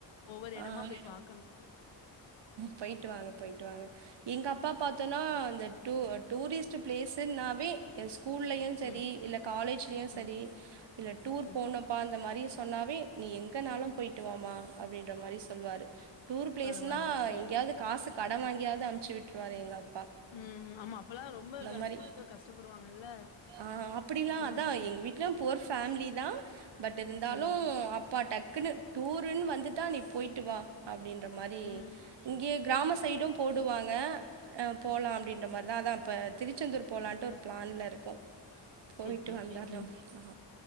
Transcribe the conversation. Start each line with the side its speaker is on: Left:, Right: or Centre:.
Left: ஒவ்வொரு எடமா
Right: ஆஹ்
Left: போய் பாக்கணு
Right: போயிட்டு வாங்க போயிட்டு வாங்க எங்க அப்பா பாத்தோன்னா அந்த டுவுட் டூரிஸ்ட் பிளேஸ்னாவே எ ஸ்கூ ஸ்கூல்லயு சரி
Left: ம்
Right: இல்ல காலேஜ்லயு
Left: ம்
Right: சரி இல்ல டூர்
Left: ம்
Right: போனப்பா அந்த மாரி சொன்னாவே நீ எங்கனாலு போயிட்டுவாமா அப்படின்ற மாரி சொல்லுவாரு டூர் பிளேஸ்னா
Left: பரவால்ல ம்
Right: எங்கேயாவது காசு கடன் வாங் எப்டியாது அனுப்ச்சு விட்ருவாரு எங்கப்
Left: ம்மா ஆமா அப்பல்லா ரொம்ப க
Right: மாரி
Left: குடுக்க கஷ்டப்படுவாங்கல்ல
Right: ஆ அப்படிலாம்
Left: ம்
Right: அதான் எங்க வீட்லயும் புவர் ஃபேமிலி தா பட் இருந்தாலு
Left: ம்
Right: அப்பா டக்குன்னு டூருன்னு வந்துட்டா நீ போயிட்டு வா அப் அப்படின்ற மாரி
Left: ம்
Right: இங்கயே கிராம சைடு போடுவாங் ங்க அ போலா அப்டின்ற மாரி இத இதா இப்ப திருச்செந்தூர் போலான்ட்டு ஒரு பிளான்ல இருக்கோ போயிட்டு
Left: சேரி சேரி
Right: வந்தர்னு
Left: சேரி ம்
Right: ஆஹ